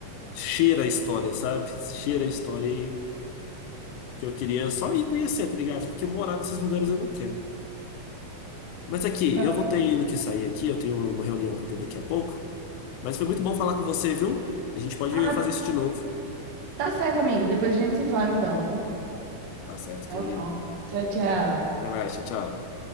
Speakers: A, on the left; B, on the right.
A: cheira a história, sabe? Cheira a história e que eu queria só ir conhecer, tá ligado? Porque morar nesses lugares eu não quero. Mas aqui,
B: Não.
A: eu vou ter ainda que sair aqui, eu tenho uma reunião pra ter daqui a pouco. Mas foi muito bom falar com você, viu? A gente pode
B: Ah,
A: fazer isso de novo.
B: tá certo, amigo. Depois a gente se fala então, viu?
A: Tá certo,
B: Tá
A: querido.
B: bom. Tchau, tchau.
A: Até até mais, tchau, tchau.